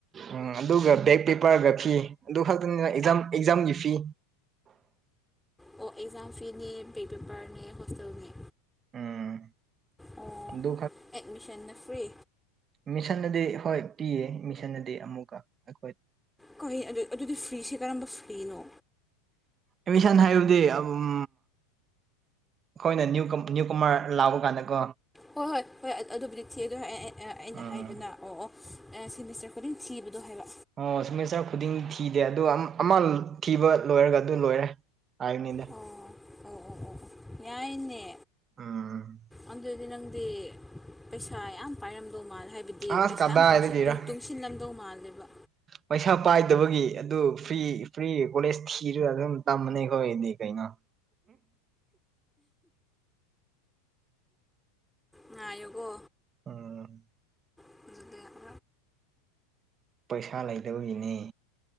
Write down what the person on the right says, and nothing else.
ꯎꯝ ꯑꯗꯨꯒ ꯕꯦꯛ ꯄꯦꯄꯔꯒ ꯐꯤ ꯑꯗꯨ ꯈꯛꯇꯅꯤꯅ ꯑꯦꯛꯖꯥꯝ ꯑꯦꯛꯖꯥꯝꯒꯤ ꯐꯤ
ꯎꯝ
ꯑꯗꯨ
ꯃꯤꯁꯟꯅꯗꯤ ꯍꯣꯏ ꯄꯤꯌꯦ ꯃꯤꯁꯟꯅꯗꯤ ꯑꯃꯨꯛꯀ ꯑꯩꯈꯣꯏ
ꯑꯦꯃꯤꯁꯟ ꯍꯥꯏꯕꯗꯤ ꯎꯝ ꯑꯩꯈꯣꯏꯅ ꯅ꯭ꯌꯨꯀꯨꯃꯥꯔ ꯂꯥꯛꯕ ꯀꯥꯟꯗ ꯀꯣ
ꯎꯝ
ꯑꯣ ꯁꯃꯤꯁꯔ ꯈꯨꯗꯤꯡ ꯊꯤꯗꯦ ꯑꯗꯨ ꯑꯃ ꯊꯤꯕ ꯂꯣꯏꯔꯒ ꯑꯗꯨ ꯂꯣꯏꯔꯦ ꯍꯥꯏꯥꯏꯅꯤꯅꯦ
ꯎꯝ
ꯑꯁ
ꯀꯗꯥꯏꯗꯒꯤꯔ
ꯄꯩꯁꯥ ꯄꯥꯏꯗꯕꯒꯤ ꯑꯗꯨ ꯐ꯭ꯔꯤ ꯐ꯭ꯔꯤꯒꯤ ꯀꯣꯂꯦꯖ ꯊꯤꯔꯒ ꯑꯗꯨꯝ ꯇꯝꯕꯅꯦ ꯑꯩꯈꯣꯏꯗꯤ ꯀꯩꯅꯣ
ꯎꯝ
ꯄꯩꯁꯥ ꯂꯩꯇꯕꯒꯤꯅꯦ